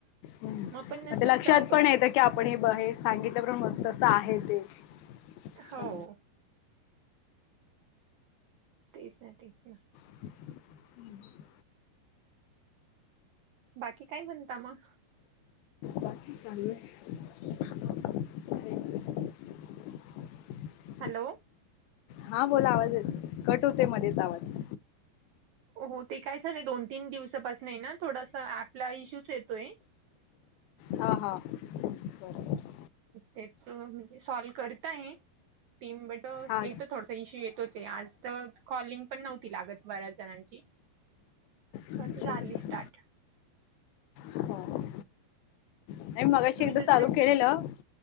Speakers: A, on the left (about 80°); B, on the right (about 75°).
A: मग
B: आपण असं
A: ते लक्षात
B: जातो
A: पण
B: ना.
A: येतं की आपण हे बहे. सांगितलं प्रमाणे मस्त असं आहे ते. अच्छा.
B: हो. तेच ना, तेच ना.
A: <inaudible> हम्म.
B: बाकी काय, म्हणता मग.
A: बाकी चालू आहे. <unintelligible> <inaudible>
B: हॅलो.
A: हा बोला आवाज येतोय, कट होते मध्येच आवाज.
B: हो ते काय झालंय दोन तीन दिवसापासून आहे, ना थोडास ऍपला इश्यूच येतोय.
A: हां हां बरोबर.
B: तेच म्हणजे सॉल्व करता आहे टीम बेट
A: हा
B: येतं थोडं तर इशू येतोच ये, आज तर कॉलिंग पण नव्हती लागत बऱ्याच जणांची. स्वतः
A: अच्छा.
B: झाली स्टार्ट.
A: हो नाही मगाशी
B: तुम्ही
A: एकदा
B: दुसरे
A: चालू केलेलं.